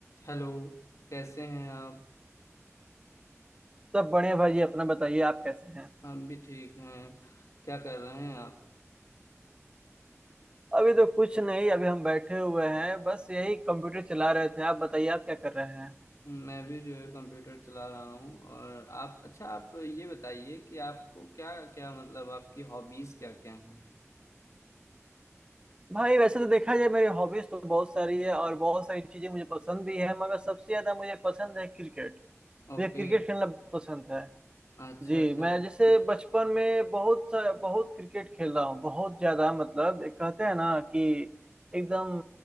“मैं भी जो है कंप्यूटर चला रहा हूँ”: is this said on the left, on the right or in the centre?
Left